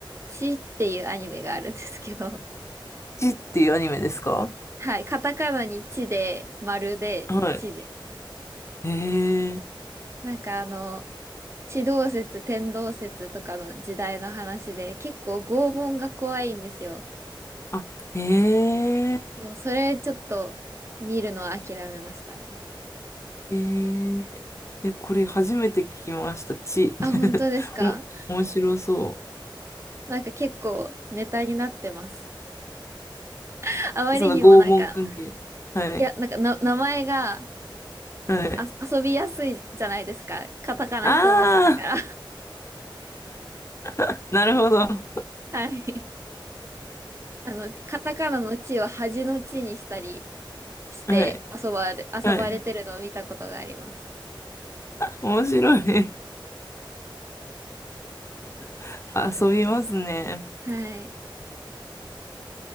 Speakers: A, on the right; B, on the left.
A: ちっていうアニメがあるんですけど、
B: ちっていうアニメですか
A: はい、カタカナにちで、丸で、
B: はい。
A: ちです。
B: へえ。
A: なんかあの、地動説、天動説とかの時代の話で、結構拷問が怖いんですよ。
B: あ、へえ、
A: そう、それちょっと見るのは諦めましたね。
B: へええ、これ初めて聞きました。ち、
A: あ、本当ですか
B: <laughs> お、面白そ
A: なんか結構ネタになってます。<laughs> あまりにもなんか、
B: う。その拷問関係。はい、
A: いや、なんかな、名前が
B: はい。
A: あ遊びやすいじゃないですか。カタカナ一文字だから。
B: ああ <laughs> なるほど。は
A: <laughs> はい。あの、カタカナの地を恥の地にしたりして遊ばれ、
B: い、はい。
A: 遊ばれてるのを見たことがあります。
B: 面白い。<laughs> 遊びますね。
A: はい。